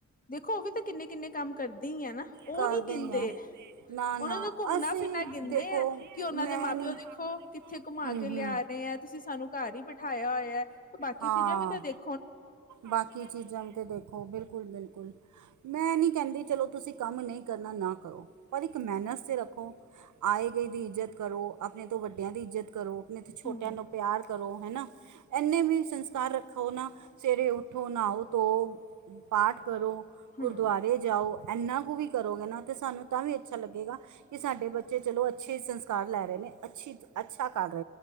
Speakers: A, on the left (about 30°); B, on the right (about 85°).
A: ਦੇਖੋ ੳ ਵੀ ਤਾਂ ਕਿੰਨੇ ਕਿੰਨੇ ਕੰਮ ਕਰਦੇ ਈ ਆ ਨਾ, ੳਹ
B: ਕਰਦੇ
A: ਨੀ ਗਿਨਦੇ।
B: ਹੀ ਹੈ ਨਾ ਨਾ
A: ੳਨਾਂ ਦਾ ਘੁੰਮਣਾ-
B: ਅਸੀਂ
A: ਫਿਰਨਾ ਗਿਨਦੇ
B: ਦੇਖੋ
A: ਐ ਕਿ ੳਨਾਂ
B: ਮੈਂ
A: ਦੇ ਮਾਂ-ਪਿਓ
B: ਨਹੀਂ
A: ਦੇਖੋ ਕਿਥੇ ਘੁਮਾ
B: ਹੂੰ
A: ਕੇ ਲੇਆ
B: ਹੂੰ
A: ਨੇ, ਤੁਸੀ ਸਾਨੂੰ ਘਰ ਈ ਬਿਠਾਯਾ ਹੋਏਆ, ਬਾਕੀ
B: ਹਾਂ
A: ਚੀਜਾਂ ਵੀ ਤਾਂ ਦੇਖ
B: ਬਾਕੀ ਚੀਜਾਂ ਵੀ ਤੇ ਦੇਖੋ ਬਿਲਕੁਲ-ਬਿਲਕੁਲ। ਮੈਂ ਐ ਨੀ ਕੈਂਦੀ ਚਲੋ ਤੁਸੀ ਕੰਮ ਨਈ ਕਰਨਾ ਨਾ ਕਰੋ, ਪਰ ਇੱਕ ਮੈਨਰਸ ਤੇ ਰੱਖੋ ਆਏ-ਗਏ ਦੀ ਇੱਜ਼ਤ ਕਰੋ, ਅਪਨੇ ਤੋਂ ਵੱਡਿਆਂ ਦੀ ਇੱਜ਼ਤ ਕਰੋ, ਅਪਨੇ ਤੋਂ ਛੋਟਿਆਂ
A: ਹਮ
B: ਨੂੰ ਪਿਆਰ ਕਰੋ ਹੈਨਾ। ਐਨੇ ਵੀ ਸੰਸਕਾਰ ਰੱਖੋ ਨਾ, ਸਵੇਰੇ ਉਠੋ, ਨਾਓ-ਧੋਓ, ਪਾਠ ਕਰੋ ਗੁਰਦੁਆਰੇ
A: ਹਮ
B: ਜਾਓ। ਏਨਾ ਕੁ ਵੀ ਕਰੋਗੇ ਨਾ ਤੇ ਸਾਨੂੰ ਤਾਂ ਵੀ ਅੱਛਾ ਲਗੇਗਾ ਕਿ ਸਾਡੇ ਬੱਚੇ ਚਲੋ ਅੱਛੇ ਸੰਸਕਾਰ ਲੈ ਰਏ ਨੇ ਅੱਛੀ ਅੱਛਾ ਕਰ ਰੇ